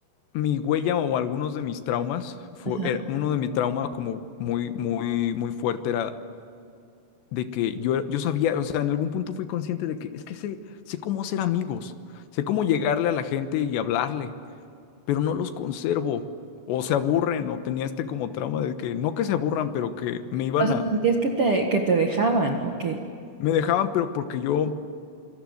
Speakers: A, on the left; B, on the right.
A: Mi huella o algunos de mis traumas, fue,
B: ajá.
A: era- uno de mis traumas como muy, muy, muy fuerte era de que yo, er, yo sabía, o sea, en algún punto fui consciente de que es que sé, sé cómo hacer amigos, sé cómo llegarle a la gente y hablarle, pero no los conservo, o se aburren, o tenía este como trauma de que no que se aburran, pero que me iban
B: O sea,
A: a,
B: sentías que te, que te dejaban, ok.
A: me dejaban, pero porque yo